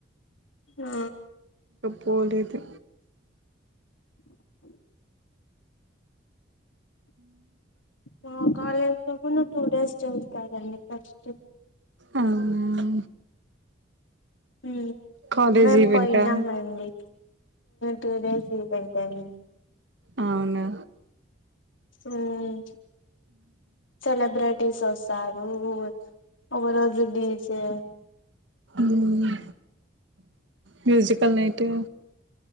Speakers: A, on the left; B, on the right.
A: ఆ
B: పోలేదు
A: మా కాలేజీ లో గుణా టూడేస్ చదువుతదండి ఫస్ట్
B: అవునా
A: మ్మ్
B: కాలేజ్
A: మేము
B: ఈవెంటా
A: పోయినామండి టూ డేస్ ఇవెంటండి
B: అవునా
A: మ్మ్ సెలబ్రిటీస్ వస్ చారు రూవేచ్ ఒక రోజుడీజే
B: మ్మ్ మ్యూజికల్ నైటు